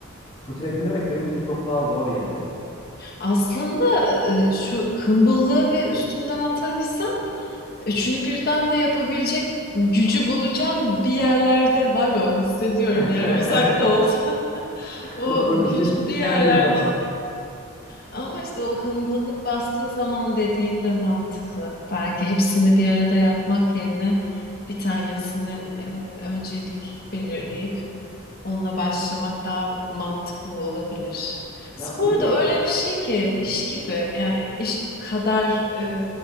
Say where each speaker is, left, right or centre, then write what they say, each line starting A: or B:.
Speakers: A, on the left (about 25°); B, on the left (about 45°).
A: rutine bindirmek benim için çok daha zor yani.
B: Aslında e, şu hımbıllığı ve üstümden atabilsem üçünü birden de yapabilecek gücü bulacağım bir yerlerde var o hissediyorum
A: <laughs>
B: yani uzak da olsa <laughs> o
A: O, o-
B: güç
A: o kesinlikle
B: bir yerlerde
A: herkes de var.
B: ama işte o hımbıllık bastığı zaman dediğin de mantıklı belki hepsini bir arada yapmak yerine bir tanesini e, öncelik belirleyip Onunla başlamak daha mantıklı olabilir. Spor
A: Ya bir de
B: da öyle bir şey ki iş gibi yani iş kadar e,